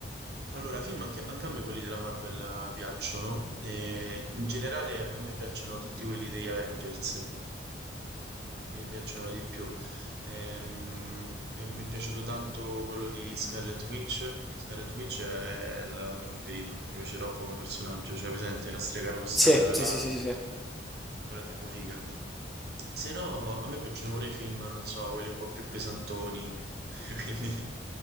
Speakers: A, on the right; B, in the centre.
A: Allora, film anche, anche a me quelli della Marvel eh, piacciono. no? E in generale a me piacciono tutti quelli degli Avengers. Mi piacciono di più. Ehm, mi, mi è piaciuto tanto quello di Scarlet Witch. Scarlet Witch è il mio preferito, mi piace troppo come personaggio, cioè presente la strega rossa,
B: Sì,
A: quella
B: sì,
A: là,
B: sì, sì, sì. sì.
A: quella è troppo figa. Se no, a me piacciono pure i film, non so, quelli un po' più pesantoni, <laughs> quindi